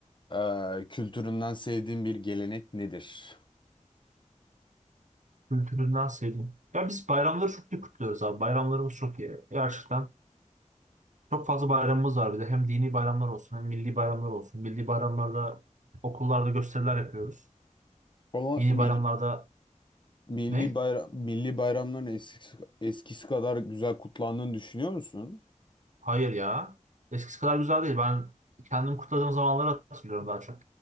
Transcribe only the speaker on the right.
Kültüründen sevdim. Ya biz bayramları çok iyi kutluyoruz abi. Bayramlarımız çok iyi. Gerçekten çok fazla bayramımız var bir de. Hem dini bayramlar olsun hem milli bayramlar olsun. Milli bayramlarda okullarda gösteriler yapıyoruz.
Dini
bayramlarda
ne?
Hayır ya. Eskisi kadar güzel değil. Ben kendim kutladığım zamanları hatırlıyorum daha çok.